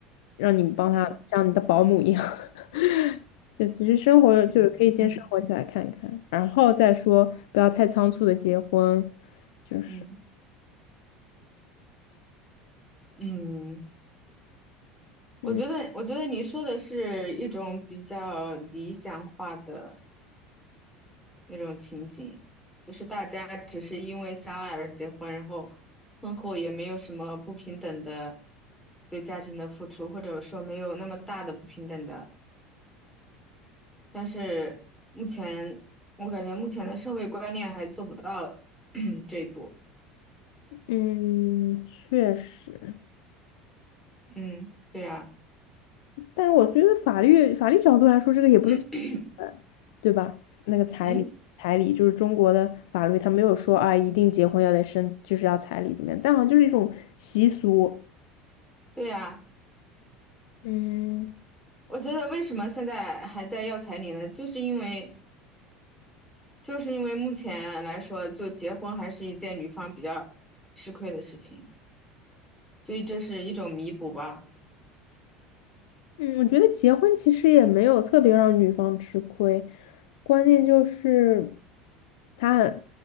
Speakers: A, on the left; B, in the centre.
A: 让你们帮他像你的保姆一样。
B: 嗯
A: <laughs> 就其实生活就是可以先生活起来看看，
B: 嗯嗯
A: 然后再说不要太仓促的结婚，就是
B: 嗯。嗯我觉得，
A: 嗯
B: 我觉得你说的是一种比较理想化的那种情景，就是大家只是因为相爱而结婚，然后婚后也没有什么不平等的对家庭的付出，或者说没有那么大的不平等的。但是目前，我感觉目前的社会观念还做不到 <clears throat> 这一步。
A: 嗯，确实。
B: 嗯，对呀。
A: 但是我觉得法律法律角度来说，这个也不是强制对吧？
B: <coughs>
A: 那个彩礼，
B: 嗯，
A: 彩礼就是中国的法律，它没有说啊，一定结婚要得生，就是要彩礼怎么样？但好像就是一种习俗。
B: 对呀，
A: 嗯
B: 我觉得为什么现在还在要彩礼呢？就是因为就是因为目前来说，就结婚还是一件女方比较吃亏的事情，所以这是一种弥补吧。
A: 嗯，我觉得结婚其实也没有特别让女方吃亏，关键就是他